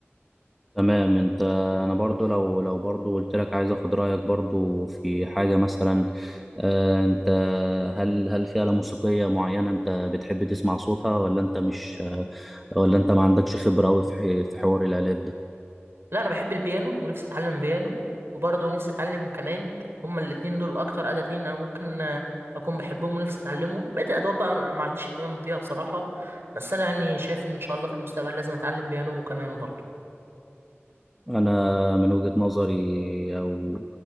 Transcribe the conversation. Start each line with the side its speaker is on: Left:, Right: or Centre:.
Centre: تمام انت انا برضو لو لو برضو قلت لك عايز اخد رايك برضو في حاجه مثلا آه، انت هل هل في آلة موسيقيه معينه انت بتحب تسمع صوتها ولا انت مش آه، ولا انت ما عندكش خبره قوي في ح- في حوار الآلات ده
Right: لا انا بحب البيانو ونفسي اتعلم بيانو وبرضه نفسي اتعلم كمان هما الاتنين دول اكتر آلتين انا ممكن آه، اكون بحبهم ونفسي اتعلمهم بقيت الادوات بقى ما عنديش اهتمام بيها بصراحة بس انا يعني شايف ان ان شاء الله في المستقبل لازم اتعلم بيانو كمان برضه
Centre: انا من وجهه نظري او